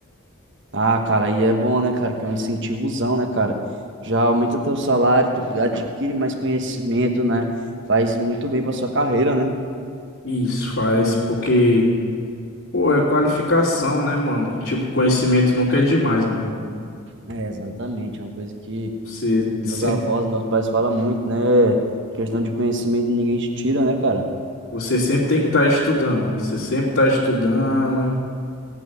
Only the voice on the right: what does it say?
Ah, cara, aí é bom, né, cara? Que é um incentivozão, né, cara? Já aumenta teu salário, tu adquire mais conhecimento, né? Faz muito bem pra sua carreira, né?
É, exatamente, é uma coisa que
meus avós, meus pais falam muito, né? Questão de conhecimento ninguém te tira, né, cara?